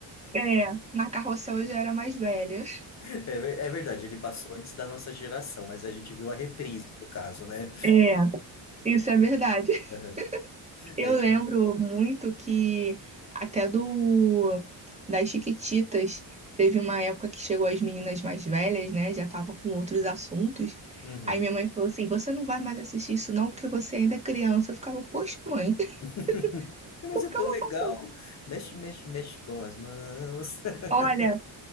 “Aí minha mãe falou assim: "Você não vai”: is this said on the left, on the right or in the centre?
Right